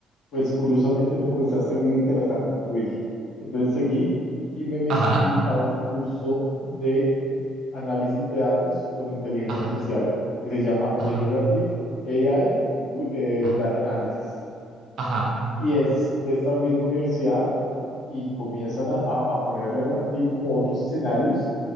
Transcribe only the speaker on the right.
Ajá,
ajá,
ajá,
ajá,
ajá.